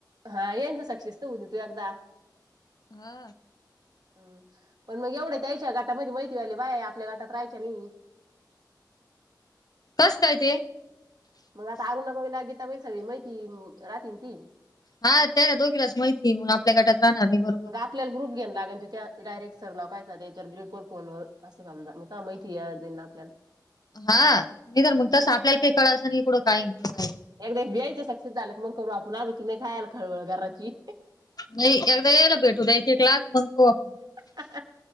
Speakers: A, on the right (about 60°); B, on the left (about 60°).
A: हा येनच सक्सेस तर होऊ दे तू एकदा
B: हा
A: हम पण मग एवढ होईल त्यायच्या गटामध्ये माहिती वाले बायेते आपल्या गटात राहायच्या नाही
B: कस काय ते
A: मग आता <inaudible> लागेता सगळी माहिती राह ती
B: हा ते ना दोघीलाच माहिती आहे मग आपल्या गटात राहणार नाही ब
A: मग आपल्याला ग्रुप घेन लागायची त्या त डायरेक्ट सर लोकायचा का त्याच्यावर ग्रुपवर फोन वर असं समजा मग तेव्हा माहिती येजाइन आपल्याला
B: हा नाही तर मग तसं आपल्याला काही कळाचं नाही इकडं काय इकड काय
A: एकदा यायचं सक्सेस झाल मग करू आपण आजूक काय नाही खळवळ कराची
B: नाही एकदा येला भेटू दे एक एक लाख मग तो -
A: हा